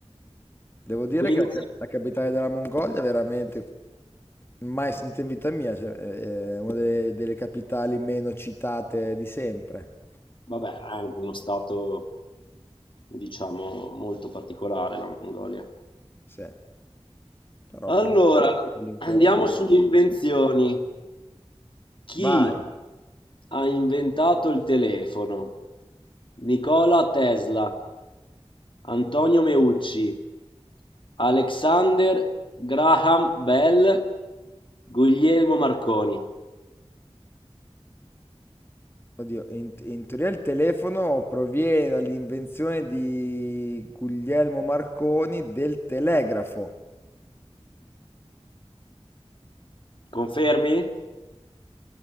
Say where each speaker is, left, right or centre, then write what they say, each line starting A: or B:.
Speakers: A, on the left; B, on the left.
A: Devo dire
B: Quindi
A: che la, ca- la capitale della Mongolia è veramente mai sentita in vita mia, cioè, è è una delle, delle capitali meno citate di sempre.
B: Vabbè, è anche uno stato, diciamo, molto particolare la Mongolia.
A: Sì, però
B: Allora,
A: con l'im- con l'impero.
B: andiamo
A: no.
B: sulle invenzioni. Chi
A: Vai.
B: ha inventato il telefono? Nikola Tesla, Antonio Meucci, Alexander Graham Bell, Guglielmo Marconi.
A: Oddio, in, in teoria il telefono proviene dall'invenzione di Guglielmo Marconi del telegrafo.
B: Confermi?